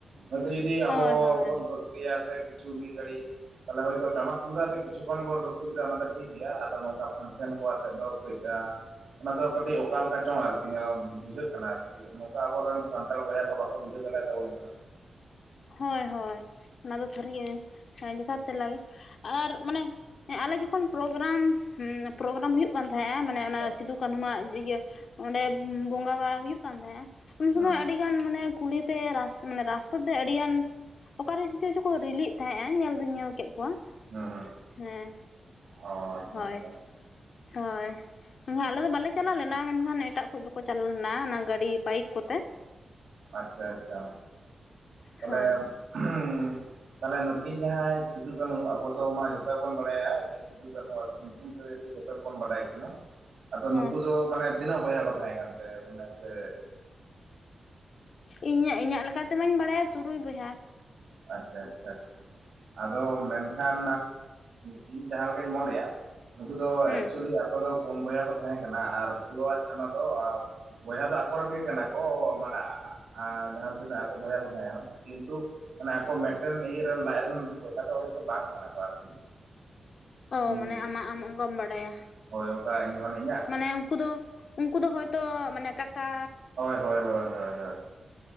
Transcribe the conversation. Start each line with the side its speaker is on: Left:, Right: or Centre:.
Right: ᱦᱚᱭᱛᱚ ᱡᱩᱚᱫᱤ ᱟᱵᱚ
Left: ᱦᱳᱭ ᱦᱳᱭ
Right: ᱵᱚᱱ ᱨᱟᱹᱥᱠᱟᱹᱭᱟ ᱥᱮ ᱠᱤᱪᱷᱩ ᱢᱤᱫ ᱜᱷᱟᱹᱲᱤᱡ ᱛᱟᱦᱚᱞᱮ ᱦᱚᱭᱛᱚ ᱴᱟᱢᱟᱠ ᱛᱩᱢᱫᱟᱜᱛᱮ ᱠᱤᱪᱷᱩ ᱠᱷᱚᱱ ᱵᱚᱱ ᱛᱩᱢᱫᱟᱜ ᱟᱛᱮ ᱠᱤᱪᱷᱩ ᱠᱚᱢ ᱨᱟᱹᱥᱠᱟᱹ ᱠᱮᱫᱟ ᱚᱱᱟ ᱫᱚ ᱴᱷᱤᱠ ᱜᱮᱭᱟ ᱟᱫᱚ ᱱᱚᱝᱠᱟ ᱯᱷᱟᱱᱥᱮᱱ ᱠᱚ ᱟᱛᱮᱫ ᱫᱚ ᱠᱟᱹᱡ ᱚᱱᱟ ᱫᱚ ᱠᱟᱹᱴᱤᱡ ᱚᱠᱟ ᱞᱮᱠᱟ ᱪᱚᱝ ᱟᱨᱠᱤ ᱵᱩᱡᱷᱟᱹᱜ ᱠᱟᱱᱟ ᱟᱨᱠᱤ ᱛᱚ ᱟᱵᱚᱨᱮᱱ ᱥᱟᱱᱛᱟᱲ ᱵᱚᱭᱦᱟ ᱠᱚ ᱵᱟᱠᱚ ᱵᱩᱡᱷᱟᱹᱣ ᱫᱟᱲᱮᱭᱟ ᱛᱟᱵᱚᱱ ᱠᱟᱱᱟ᱾
Left: ᱦᱳᱭ ᱦᱳᱭ ᱚᱱᱟ ᱫᱚ ᱥᱟᱹᱨᱤᱜᱮ ᱚᱱᱟᱫᱚ ᱡᱚᱛᱷᱟᱛ ᱛᱮᱞᱟ ᱜᱮ ᱟᱨ ᱢᱟᱱᱮ ᱟᱞᱮ ᱡᱚᱠᱷᱚᱱ ᱯᱨᱳᱜᱨᱟᱢ ᱯᱨᱳᱜᱨᱟᱢ ᱦᱩᱭᱩᱜ ᱠᱟᱱ ᱛᱟᱦᱮᱸᱜᱼᱟ ᱢᱟᱱᱮ ᱚᱱᱮ ᱚᱱᱟ
Right: ᱦᱳᱭ
Left: ᱥᱤᱫᱩᱠᱱᱩᱣᱟᱜ ᱤᱭᱟᱹ ᱚᱸᱰᱮ ᱵᱚᱸᱜᱟ ᱵᱟᱲᱟ ᱦᱩᱭᱩᱜ ᱠᱟᱱ ᱛᱟᱦᱮᱸᱼᱟ ᱩᱱ
Right: ᱦᱩᱸ
Left: ᱥᱚᱢᱚᱭ ᱟᱹᱰᱤ ᱜᱟᱱ ᱢᱟᱱᱮ ᱠᱩᱞᱦᱤᱛᱮ ᱢᱟᱱᱮ ᱨᱟᱥᱛᱟ ᱢᱟᱱᱮ ᱨᱟᱥᱛᱟ ᱛᱮ ᱟᱹᱰᱤᱜᱟᱱ ᱚᱠᱟᱨᱮᱱ ᱡᱚᱠᱚ ᱨᱤᱞᱤᱮᱫ ᱛᱟᱦᱮᱸᱟ ᱧᱮᱞ ᱫᱩᱧ ᱧᱮᱞ ᱠᱮᱫ ᱠᱚᱣᱟ᱾
Right: ᱦᱩᱸ ᱦᱩᱸ
Left: ᱦᱮᱸ
Right: ᱚ ᱟᱪᱪᱷᱟ
Left: ᱦᱳᱭ
Right: ᱟᱪᱪᱷᱟ
Left: ᱦᱳᱭ ᱮᱱᱠᱷᱟᱱ ᱟᱞᱮ ᱫᱚ ᱵᱟᱞᱮ ᱪᱟᱞᱟᱣ ᱞᱮᱱᱟ ᱢᱮᱱᱠᱷᱟᱱ ᱮᱴᱟᱜ ᱠᱚ ᱫᱚᱠᱚ ᱪᱟᱞᱟᱣ ᱞᱮᱱᱟ ᱚᱱᱟ ᱜᱟᱹᱰᱤ ᱵᱟᱭᱤᱠ ᱠᱚᱛᱮ
Right: ᱟᱪᱪᱷᱟ ᱟᱪᱪᱷᱟ ᱛᱟᱦᱚᱞᱮ
Left: ᱦᱳᱭ
Right: ᱦᱩᱸ ᱛᱟᱦᱚᱞᱮ ᱱᱩᱠᱤᱱ ᱡᱟᱦᱟᱸᱭ ᱥᱤᱫᱩ ᱠᱟᱹᱱᱦᱩ ᱟᱵᱚ ᱫᱚ ᱢᱟ ᱡᱷᱚᱛᱚ ᱜᱮᱵᱚᱱ ᱵᱟᱲᱟᱭᱟ ᱡᱮᱩ ᱥᱤᱫᱷᱩ ᱠᱟᱹᱱᱦᱩ ᱟᱨᱠᱤ ᱧᱩᱛᱩᱢ ᱛᱮᱫᱚ ᱡᱚᱛᱚ ᱜᱮᱵᱚᱱ ᱵᱟᱰᱟᱭ ᱠᱤᱱᱟ ᱟᱫᱚ
Left: ᱦᱮᱸ
Right: ᱱᱩᱠᱩ ᱫᱚ ᱢᱟᱱᱮ ᱛᱤᱱᱟᱹᱜ ᱵᱚᱭᱦᱟ ᱠᱚ ᱛᱟᱦᱮᱸ ᱠᱟᱱᱛᱮ ᱢᱟᱱᱮ ᱥᱮ
Left: ᱤᱧᱟᱹᱜ ᱤᱧᱟᱹᱜ ᱞᱮᱠᱟ ᱞᱮᱠᱟᱛᱮᱢᱟᱧ ᱵᱟᱲᱟᱭᱟ ᱛᱩᱨᱩᱭ ᱵᱚᱭᱦᱟ
Right: ᱟᱪᱪᱷᱟ ᱟᱪᱪᱷᱟ ᱟᱫᱚ ᱢᱮᱱᱠᱷᱟᱱ ᱤᱧ ᱡᱟᱦᱟᱸ ᱞᱮᱠᱟᱧ ᱢᱚᱱᱮᱭᱟ ᱱᱩᱠᱩ ᱫᱚ
Left: ᱦᱩᱸ
Right: ᱮᱠᱪᱩᱭᱮᱞᱤ ᱟᱠᱚ ᱫᱚ ᱯᱩᱱ ᱵᱚᱭᱦᱟ ᱠᱚ ᱛᱟᱦᱮᱸ ᱠᱟᱱᱟ ᱟᱨ ᱯᱷᱩᱞᱚ ᱟᱨ ᱡᱷᱟᱱᱚ ᱫᱚ ᱵᱚᱭᱦᱟ ᱫᱚ ᱟᱠᱚᱨᱮᱱ ᱜᱮ ᱠᱟᱱᱟ ᱠᱚ ᱢᱟᱱᱮ ᱡᱟᱦᱟᱸ ᱛᱤᱱᱟᱹᱜ ᱟᱠᱚ ᱵᱚᱭᱦᱟ ᱠᱚ ᱛᱟᱦᱮᱠᱟᱱᱟ ᱠᱤᱱᱛᱩ ᱢᱟᱱᱮ ᱟᱠᱚ ᱢᱤᱫᱴᱮᱱ ᱤᱭᱟᱹᱟᱹᱨ ᱨᱮᱱ ᱞᱟᱡ ᱨᱮᱱ ᱫᱚ ᱵᱚᱭᱥᱟ ᱫᱚ ᱦᱚᱭᱛᱚ ᱵᱟᱝ ᱠᱟᱱᱟ ᱠᱚ ᱟᱨᱠᱤ᱾
Left: ᱚ
Right: ᱤᱧ
Left: ᱢᱟᱱᱮ ᱟᱢᱟᱜ ᱟᱢ ᱚᱱᱠᱟᱢ ᱵᱟᱰᱟᱭᱟ᱾
Right: ᱦᱳᱭ ᱚᱱᱠᱟ ᱤᱧ ᱢᱟᱱᱮ ᱤᱧᱟᱹᱜ
Left: ᱢᱟᱱᱮ ᱩᱱᱠᱩ ᱫᱚ ᱩᱱᱠᱩ ᱫᱚ ᱦᱚᱭᱛᱚ ᱢᱟᱱᱮ ᱠᱟᱠᱟ
Right: ᱦᱚᱭ ᱦᱚᱭ ᱦᱚᱭ ᱦᱚᱭ